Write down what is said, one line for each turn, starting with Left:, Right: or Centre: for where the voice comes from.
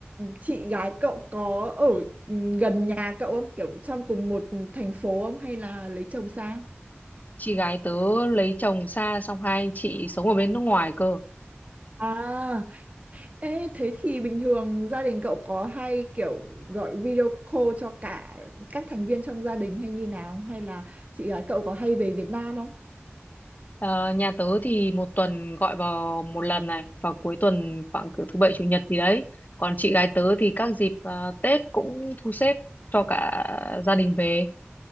Right: chị gái cậu có ở ừ, gần nhà cậu không? Kiểu trong cùng một thành phố không? Hay là lấy chồng xa?
Left: chị gái tớ lấy chồng xa xong hai anh chị sống ở bên nước ngoài cơ
Right: À, ê, thế thì bình thường gia đình cậu có hay kiểu gọi video call cho cả các thành viên trong gia đình hay như nào? Hay là chị gái cậu có hay về Việt Nam không?
Left: Ờ, nhà tớ thì một tuần gọi vào một lần này vào cuối tuần khoảng cỡ thứ bảy chủ nhật gì đấy còn chị gái tớ thì các dịp ờ, Tết cũng thu xếp cho cả gia đình về